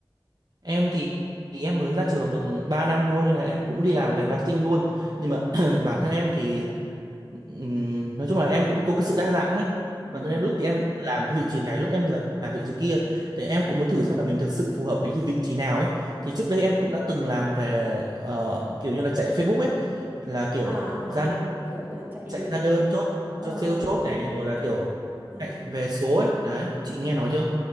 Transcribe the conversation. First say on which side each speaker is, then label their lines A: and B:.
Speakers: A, on the right; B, on the right.
A: Em thì, thì em mới ra trường được 3 năm thôi nên là em cũng đi làm về marketing luôn. Nhưng mà <clears throat> bản thân em thì ừm, nói chung là em cũng có cái sự đa dạng ấy. Bản
B: Ừ.
A: thân em lúc thì em làm cái vị trí này, lúc em là- làm vị trí kia. Thì em cũng muốn thử xem là mình thực sự phù hợp với cái vị trí nào ấy. Thì trước đây em cũng đã từng làm về ờ, kiểu như là chạy Facebook ấy, là kiểu
B: à à
A: ra đơn,
B: kiểu kiểu là chạy
A: chạy ra đơn chốt
B: ờ,
A: chốt sale
B: chạy
A: chốt
B: hóa
A: này
B: đơn
A: rồi là kiểu
B: chốt à
A: chạy về số ấy. Đấy, chị nghe nói chưa?